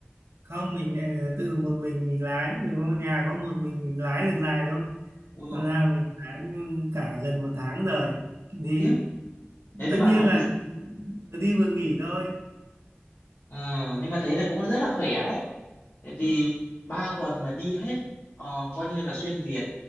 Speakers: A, on the right; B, on the left.
A: không mình này là tự một mình mình lái thì có nhà có một mình mình lái được dài thôi
B: ui rồi
A: Thành ra mình lái cả gần một tháng rồi đi
B: khiếp thế
A: tất
B: thì bạn
A: nhiên là
B: cũng-
A: vừa đi vừa nghỉ thôi
B: Ờ, nhưng mà thế là cũng rất là khỏe đấy tại vì
A: ừ,
B: ba tuần mà đi hết ờ, coi như là xuyên Việt